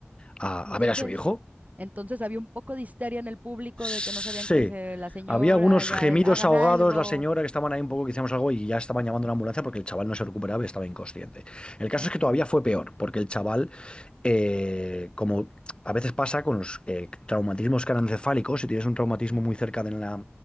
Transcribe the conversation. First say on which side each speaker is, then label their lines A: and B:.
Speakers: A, on the left; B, on the right.
A: a-
B: Entonces,
A: a ver a su hijo
B: entonces había un poco de histeria en el público
A: Sí.
B: de que no sabían que se- la señora
A: Había algunos
B: ya
A: gemidos
B: hagan
A: ahogados,
B: algo.
A: la señora que estaban ahí un poco que hicimos algo y ya estaban llamando a una ambulancia porque el chaval no se recuperaba y estaba inconsciente. El caso
B: Ok.
A: es que todavía fue peor, porque el chaval, eh, como a veces pasa con los eh, traumatismos craneoencefálicos, si tienes un traumatismo
B: Ujú.
A: muy cerca de la,